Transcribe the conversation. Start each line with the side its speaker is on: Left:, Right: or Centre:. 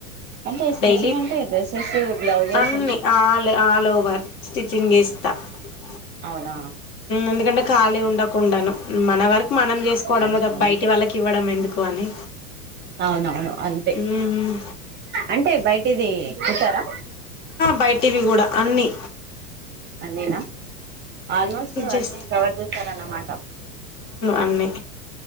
Right: అంటే స్టిచ్చింగ్
Left: డైలీ
Right: అంటే డ్రెస్సెస్ బ్లౌజెస్
Left: అన్ని ఆల్ ఆల్ ఓవర్ స్టిచ్చింగ్ చేస్త కుత్త
Right: అవునా
Left: ఎందుకంటే కాళి ఉండకు ఉండను మన వరకు మనం చేసుకోవడంంలో
Right: అంతే
Left: త
Right: అంతే
Left: బయటి వాళ్ళకి ఇవ్వడం ఎందుకు అని
Right: అవునవును అంతే
Left: మ్మ్
Right: అంటే బయటిది ఎ కుతారా
Left: బయటివి కూడా అన్నీ
Right: అన్నేనా ఆల్మోస్ట్
Left: చేస్తా
Right: అన్ని కవర్ చేస్తారన్నమాట
Left: అన్నీ